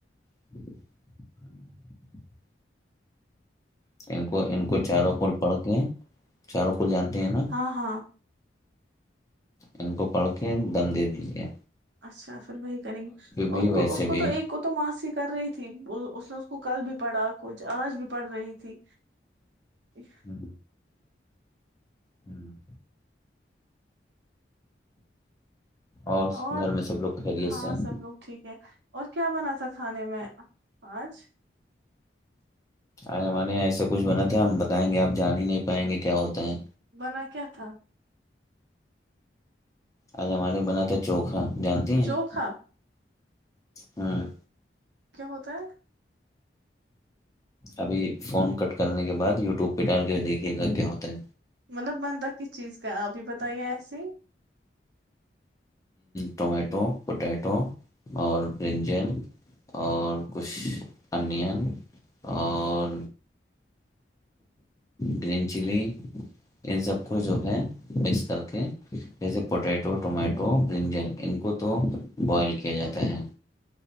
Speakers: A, on the left; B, on the right.
A: ہاں ان کو ان کو چاروں کول پڑھ کے ہیں چاروں کول جانتے ہیں نا
B: آ ہا
A: ان کو پڑھ کے دم دیجے
B: اچھا پھر وہی کریں گی
A: بھی
B: ان کو
A: ویسے
B: اس کو
A: بھی
B: تو ایک اس کو تو ماسی کر رہی تھی اس نے اس کو کل بھی پڑھا کچھ آج بھی پڑھ رہی تھی
A: ہوں
B: <inaudible>
A: ہوں <inaudible> اور
B: اور
A: گھر میں سب لوگ خیریت
B: ہاں
A: سے ہیں؟
B: سب لوگ ٹھیک ہے اور کیا بنا تھا کھانے میں آج <inaudible>
A: آج ہمارے یہاں ایسا کچھ بنا تھا ہم بتائیں گے آپ جان ہی نہیں پائیں گے کیا ہوتا ہے
B: بنا کیا تھا
A: آج ہمارے بنا تھا چوکھا جانتے ہیں
B: چوکھا
A: ہوں
B: کیا ہوتا ہے
A: ابھی فون کٹ کرنے کے بعد یوٹیوب پہ ڈال کے دیکھیے گا کیا ہوتا ہے
B: مطلب بنتا کس چیز کا آپ ہی بتائیے ایسے ہی
A: ٹومیٹو
B: ہوں،
A: پوٹیٹو اور برنجل
B: ہوں،
A: اور کچھ انین
B: ہوں، ہوں،
A: اور گرین چلی ان سب کو جو ہے مکس کے جیسے پوٹیٹو ٹومیٹو برنجل ان کو تو بوائل کیا جاتا
B: ہوں،
A: ہے